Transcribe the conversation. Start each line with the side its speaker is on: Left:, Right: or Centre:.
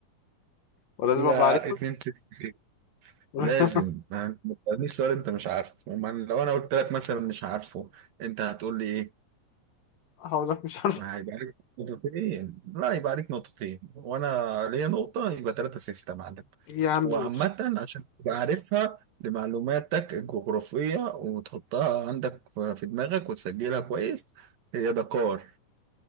Left: <laughs> ولازم
Right: لا
Left: ابقى عارفها
Right: اتنين صفر
Left: <laughs>
Right: لازم ما ما تسألنيش سؤال انت مش عارفه وما- لو انا قلت لك مثلا مش عارفه انت هتقول لي ايه
Left: هقول لك مش عارف
Right: ما هيبقى عليك نقطتين لا يبقى عليك نقطتين وانا ليا نقطة يبقى ثلاثة ستة يا معلم
Left: إيه يا عمي
Right: وعامة عشان تبقى عارفها لمعلوماتك الجغرافية وتحطها عندك في دماغك وتسجلها كويس هي دكار